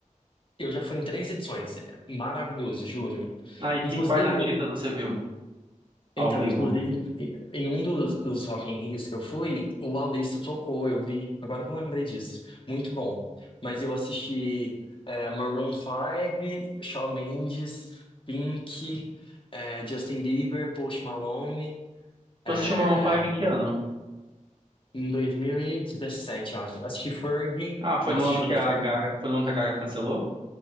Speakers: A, on the left; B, on the right.
A: Eu já fui em três edições. É Maravilhoso, juro.
B: Ah, e que
A: Inclusive,
B: quais artistas
A: eu...
B: você viu ao
A: Então,
B: vivo?
A: inclusive, em um dos, dos Rock in Rios que eu fui, o Alice tocou, eu vi. Agora que eu lembrei disso. Muito bom. Mas eu assisti é, Maroon 5, Shawn Mendes, Pink, é, Justin Bieber, Post Malone.
B: Tu
A: é,
B: assistiu Maroon 5 em que ano?
A: em 2017, eu acho. Assisti Fergie.
B: Ah, foi
A: Nossa,
B: no ano
A: o show
B: que
A: da
B: a
A: Fergie.
B: Gaga, foi no ano que a Gaga cancelou?